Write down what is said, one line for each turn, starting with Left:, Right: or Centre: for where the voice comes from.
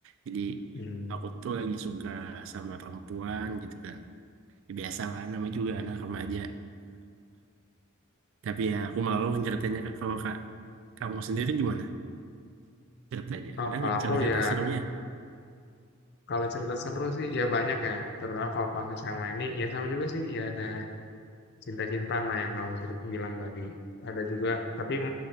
Right: jadi
Left: Hmm.
Right: aku tuh lagi suka sama perempuan gitu kan Ya, biasa lah namanya juga anak remaja tapi ya aku malu ceritainnya Kak. kalau kak kamu sendiri gimana Cerita aja,
Left: Oh,
Right: ada
Left: kalau
Right: nggak
Left: aku
Right: cerita-cerita
Left: ya,
Right: serunya
Left: kalau cerita seru sih ya banyak ya. Terutama kalau pas SMA ini, ya sama juga sih. Ya ada cinta-cintaan lah yang kamu cerita bilang tadi ada juga tapi